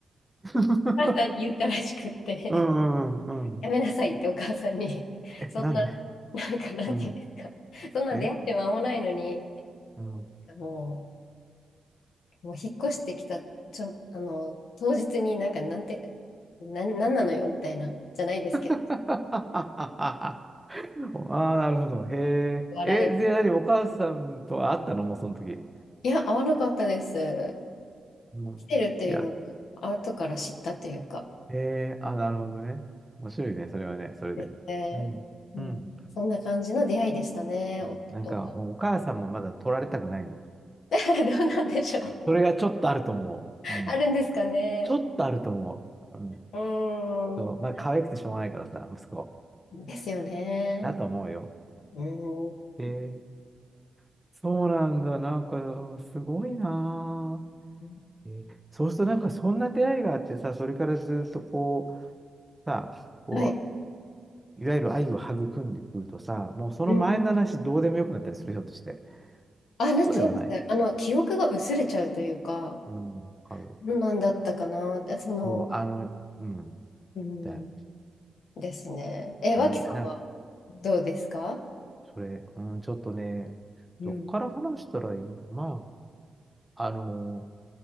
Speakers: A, in the centre; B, on the left.
A: <laughs>
B: 母さんに言ったらしくって、
A: うん。うん。うん
B: やめなさいってお母さんに、
A: <laughs> え、
B: そんな、
A: なんで
B: なんか、なんていうんですか、
A: うん。
B: そんな出会って間もないのに、
A: えうん。
B: もう、もう引っ越してきた、ちょ、あの、当日になんか、なんて、なん、なんなのよ、みたいな、じゃないですけど、
A: <laughs> ああ、なるほど。へえ。
B: 笑
A: え、で、何お母さんとは会ったのもうその時。
B: い。いや、会わなかったです。
A: うん。
B: 来てるっていうのを、
A: いや、
B: 後から知ったというか、
A: えー、あ、なるほどね。面白いね、それはね、それで。
B: ですね。
A: うん。
B: うん、
A: うん。
B: そんな感じの出会いでしたね、
A: うんなんか、
B: 夫とは。
A: もうお母さんもまだ取られたくないんです。
B: <laughs> どうなんでしょう。
A: それがちょっとあると思う。うん。
B: あるんですかね。
A: ちょっとあると思う。うん。
B: うーん。
A: そう。まあ、可愛くてしょうがないからさ、息子。
B: ですよね。
A: だと思うよ。
B: うー
A: えー、そうなんだ。なんか、すごいな
B: ん。
A: ぁ。えーそうすると、なんか、そんな出会いがあってさ、それからずっとこう、さ、こ
B: はい。
A: う、いわゆる愛を育んでくるとさ、もうその前の話どうでもよくなったりする、
B: うん。
A: ひょっとして。
B: あ、
A: そうではない。
B: なっちゃいますね。あの、記憶が薄れちゃうというか、
A: うん、わかる。
B: どんなんだったかな。でその、
A: そう、あの、うん、
B: うん。
A: だよ
B: ですね。え、脇さんはどうですか
A: ね。なんか、それ、うん、ちょっとね、
B: うん。
A: どこから話したらいいんだろう。まあ、あの、